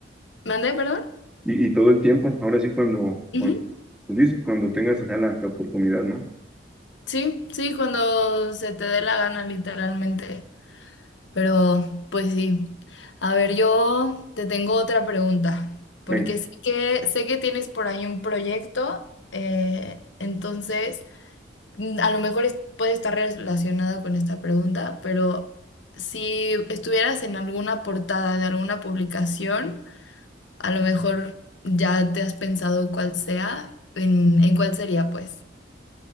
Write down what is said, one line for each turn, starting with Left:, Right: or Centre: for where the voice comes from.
Left: ¿mandé, perdón?
Centre: Y, y todo el tiempo, ahora sí cuando, cuando,
Left: Ujú.
Centre: pues dices, cuando tengas acá la, la oportunidad, ¿no?
Left: Sí, sí, cuando se te dé la gana, literalmente. Pero, pues sí. A ver, yo te tengo otra pregunta, porque
Centre: Ven.
Left: sé que, sé que tienes por ahí un proyecto, eh, entonces mm, a lo mejor es- puede estar relacionado con esta pregunta, pero si estuvieras en alguna portada de alguna publicación, a lo mejor ya te has pensado cuál sea, en, en cuál sería, pues.